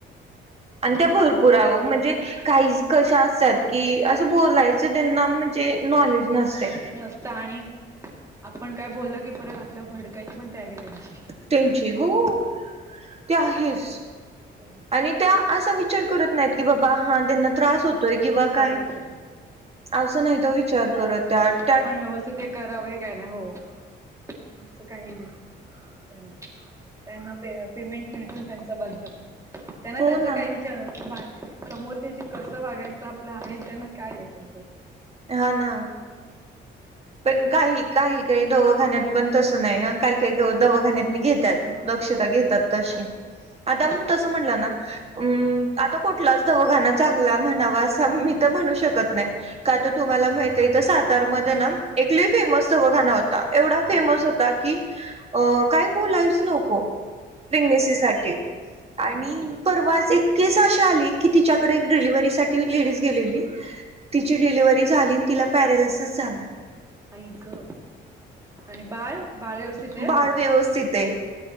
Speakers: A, on the right; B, on the right.
A: आणि त्या
B: आपण
A: भरपूर
B: कोण
A: आओ म्हणजे काहीच कशा असतात की, असं बोलायचं त्यांना म्हणजे नॉलेज नसतंय.
B: नसतं आणि आपण काय बोललं की परत आपल्यावर भडकायची पण तयारी त्यांची.
A: त्यांची हो, ते आहेच.
B: त्रास
A: आणि त्या असा विचार करत नाहीत, की बाबा हा त्यांना त्रास हो तोय किंवा काय
B: होतोय.
A: असं नाहीत ओ विचार करत त्यात.
B: आपण व्यवस्थित हे करावं, हे काय नाही. हो तुमचं काही नाही. त्यांन त्यांना पेमेंट मिळतो ना त्यांचा बास झालं. त्यांना
A: हो
B: त्याचं
A: ना
B: काय विचार नसतं. मा समोरच्याशी कसं वागायचं? आपलं हाय त्यांना काय नाय तुमचं.
A: हा ना. पण काही काही काही दवखाण्यात पण तसं नाही ना. काही काही
B: नाही
A: दवाखान्यातनी घेत्यात, दक्षता घेतात तशी. आता
B: हो
A: मग तसं म्हटलं ना अं आता कुठलाच दवाखाना चांगला म्हणावा, असा मी तर म्हणू शकत नाही. का तर तुम्हाला माहित आहे, सातारमध्ये ना एक लय फेमस दवाखाना होता. एवढा फेमस
B: हा
A: होता की, अ काय बोलायच नको. प्रेग्नेसीसाठी
B: चल. हम्म
A: आणि परवाच एक केस अशी आली, की तिच्याकडे एक डिलिव्हरीसाठी लेडीज गेलेली. तिची डिलिव्ही झाली आणि तिला पॅरलसिस झाला.
B: आई ग आणि बाळ, बाळ व्यवस्थित आहे?
A: बाळ व्यवस्थित आहे